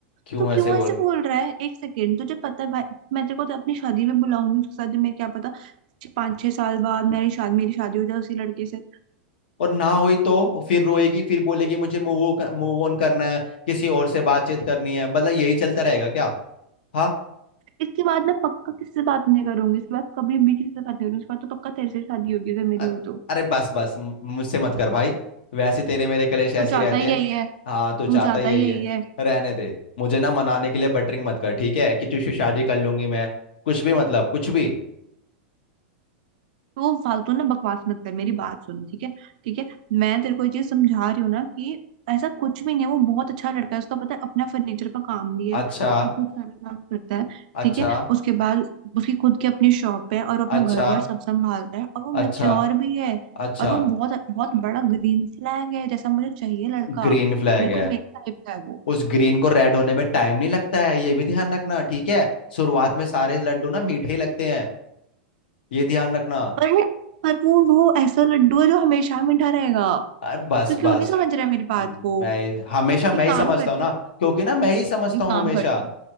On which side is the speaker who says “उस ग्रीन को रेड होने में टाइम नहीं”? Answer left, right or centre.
Left